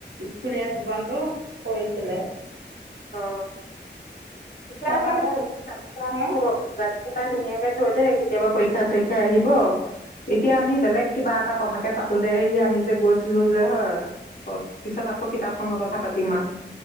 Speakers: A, on the right; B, on the left.
A: স্কুলীয়া জীৱনতটো কৰিছিলে।
B: অ ইতিহাসতে
A: তাৰপৰা
B: গ
A: আকৌ হা
B: এতিয়াৰ ধুনীয়াকে থৈ দে কেতিয়াবা পৰীক্ষা চৰিক্ষা আহিব। এতিয়া আমি বেলেগ কিবা এটা কথা। কথাকে পাতোঁতে সে আমি যে গৈছিলোঁ যে হয়। অ পিছত আকৌ কিতাপ খনৰ কথা। পাতিম আউ